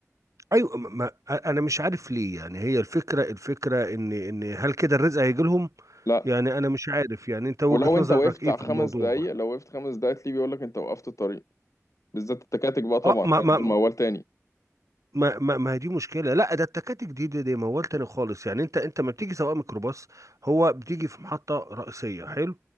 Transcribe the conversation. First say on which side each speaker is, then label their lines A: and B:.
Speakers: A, on the right (about 75°); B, on the left (about 75°).
A: ايوه ما ما- انا مش عارف ليه يعني هي الفكره الفكره ان ان هل كده الرزق هيجي لهم
B: لا
A: يعني انا مش عارف يعني انت وجهه
B: ولو أنت
A: نظرك
B: وقفت
A: ايه
B: على
A: في
B: خمس
A: الموضوع
B: دقايق لو وقفت خمس دقايق تلاقيه بيقول لك أنت وقفت الطريق بالذات التكاتك بقى طبعا
A: اه ما
B: فاهم؟
A: ما
B: دول موال تاني
A: ما ما ما هي دي مشكله لا ده التكاتك دي دي, دي موال تاني خالص يعني انت انت ما بتيجي سواق ميكروباص هو بتيجي في محطه رئيسيه حلو